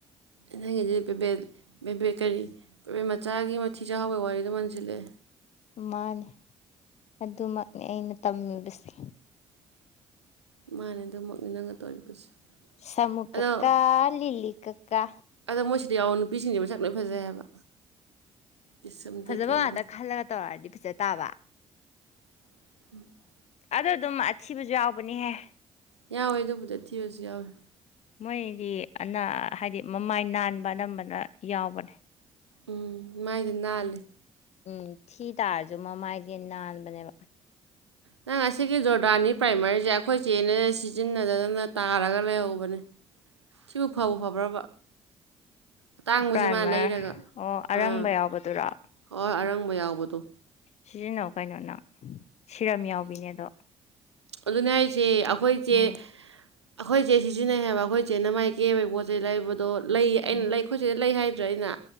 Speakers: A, on the right (about 80°); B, on the left (about 50°).
A: ꯅꯪꯒꯤ ꯗꯨꯗꯤ ꯄꯦꯕꯦꯠ ꯄꯦꯕꯦꯠ ꯀꯔꯤ ꯄꯦꯕꯦꯠ ꯃꯆꯥꯒꯤ ꯃꯊꯤ ꯆꯥꯍꯥꯎꯕꯒꯤ ꯋꯥꯔꯤꯗꯣ ꯃꯟꯁꯤꯜꯂꯦ
B: ꯃꯥꯅꯦ ꯑꯗꯨꯃꯛꯅꯦ ꯑꯩꯅ ꯇꯝꯃꯤꯕꯁꯦ
A: ꯃꯥꯅꯦ ꯑꯗꯨꯝꯃꯛꯅꯤ ꯅꯪꯒ ꯇꯧꯔꯤꯕꯁꯦ
B: ꯁꯃꯨ
A: ꯑꯗꯣ
B: ꯀꯀꯥ ꯂꯤꯂꯤ ꯀꯀꯥ
A: ꯑꯗꯣ ꯃꯣꯏꯁꯤꯗ ꯌꯥꯎꯕ ꯅꯨꯄꯤꯁꯤꯡꯁꯤ ꯃꯁꯛ ꯂꯣꯏ ꯐꯖꯩ ꯍꯥꯏꯕ ꯄꯤꯁꯨꯝꯗꯩ
B: ꯐꯖꯕ
A: ꯀꯩꯗꯩ
B: ꯉꯥꯛꯇ ꯈꯜꯂꯒ ꯇꯧꯔꯛꯗꯤ ꯐꯖ ꯇꯥꯕ
A: <unintelligible>
B: ꯑꯗ ꯑꯗꯨꯝ ꯑꯊꯤꯕꯁꯨ ꯌꯥꯎꯕꯅꯤꯍꯦ
A: ꯌꯥꯎꯋꯦ ꯑꯗꯨꯕꯨꯗꯤ ꯊꯤꯔꯁꯨ ꯌꯥꯎꯋꯦ
B: ꯃꯣꯏꯗꯤ ꯑꯅꯥ ꯍꯥꯏꯗꯤ ꯃꯃꯥꯏ ꯅꯥꯟꯕ ꯑꯅꯝꯕꯅ ꯌꯥꯎꯕꯅꯦ
A: ꯎꯝ ꯃꯥꯏꯗꯤ ꯅꯥꯜꯂꯤ
B: ꯎꯝ ꯊꯤ ꯇꯥꯔꯁꯨ ꯃꯃꯥꯏꯗ ꯅꯥꯟꯕꯅꯦꯕ
A: ꯅꯪ ꯑꯁꯤꯒꯤ ꯖꯣꯔꯗꯥꯅꯤ ꯄ꯭ꯔꯥꯏꯃꯥꯔꯁꯦ ꯑꯩꯈꯣꯏ ꯆꯦꯅꯦ ꯁꯤꯖꯤꯟꯅꯗꯗꯅ ꯇꯥꯔꯒ ꯂꯩꯍꯧꯕꯅꯦ ꯁꯤꯕꯨ ꯐꯕꯨ ꯐꯕ꯭ꯔꯕ ꯑꯇꯥꯡꯕꯁꯦ
B: ꯄ꯭ꯔꯥꯏꯃꯔ
A: ꯃꯥ ꯂꯩꯔꯒ
B: ꯑꯣ ꯑꯔꯪꯕ
A: ꯑꯥ
B: ꯌꯥꯎꯕꯗꯨꯔꯣ
A: ꯍꯣꯏ ꯑꯔꯪ ꯕ ꯌꯥꯎꯕꯗꯣ
B: ꯁꯤꯖꯤꯟꯅꯧ ꯀꯩꯅꯣ ꯅꯪ ꯁꯤꯔꯝ ꯌꯥꯎꯕꯤꯅꯦ ꯑꯗꯣ
A: ꯑꯗꯨꯅꯤ ꯍꯥꯏꯁꯦ ꯑꯈꯣꯏ ꯆꯦ
B: ꯎꯝ
A: ꯑꯩꯈꯣꯏ ꯏꯆꯦ ꯁꯤꯖꯤꯟꯅꯩ ꯍꯥꯏꯕ ꯑꯩꯈꯣꯏ ꯏꯆꯦꯅ ꯃꯥꯏ ꯀꯦꯕꯒꯤ ꯄꯣꯠ ꯆꯩꯩ ꯂꯩꯕꯗꯣ ꯂꯩ ꯑꯩꯅ
B: ꯎꯝ
A: ꯂꯩ ꯑꯩꯈꯣꯏꯆꯦꯗ ꯂꯩ ꯍꯥꯏꯗ꯭ꯔꯥ ꯑꯩꯅ